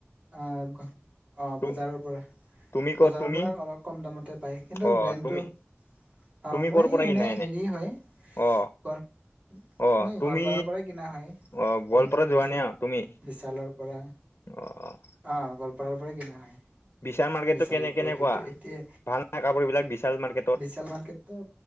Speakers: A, on the right; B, on the left.
A: অ অ
B: তু
A: বজাৰৰ পৰা।
B: তুমি ক'ত
A: বজাৰৰ
B: তুমি
A: পৰা অলপ কম দামতে পায় কিন্তু
B: অ
A: ব্ৰেণ্ডটো
B: তুমি
A: অ
B: তুমি
A: মই
B: ক'ৰ পৰা
A: এনে
B: কিনা
A: হেৰি হয়
B: অ
A: গোৱাল
B: অ
A: মই
B: তুমি
A: গোৱালপাৰাৰ পৰাই কিনা হয়
B: অ গোৱালপাৰা
A: বি
B: যোৱা নে তুমি
A: বিশালৰ পৰা।
B: অ
A: অ গোৱালপাৰাৰ পৰাই কিনা হয়।
B: বিশাল মাৰ্কেটটো
A: বিশালৰ
B: কেনে কেনেকুৱা
A: পৰা ভিত এতিয়া
B: ভাল নাই কাপোৰ বিলাক বিশাল মাৰ্কেটত
A: বিশাল মাৰ্কেট উ